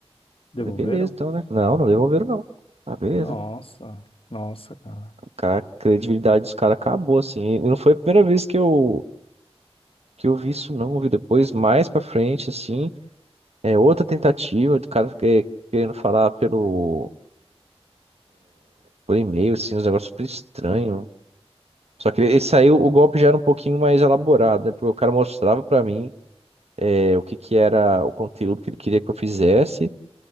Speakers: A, on the left; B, on the right.
A: Devolveram?
B: falei, beleza, então, né? Não, não devolveram, não. Ah, beleza.
A: Nossa, nossa, cara.
B: Cara, a credibilidade dos caras acabou, assim. E não foi a primeira vez que eu, que eu vi isso, não. Eu Vi depois, mais pra frente, assim, é outra tentativa do cara que- querendo falar pelo, por e-mail, assim, uns negócios super estranhos. Só que esse aí, o golpe já era um pouquinho mais elaborado, né? Porque o cara mostrava pra mim. é, o que que era o conteúdo que ele queria que eu fizesse.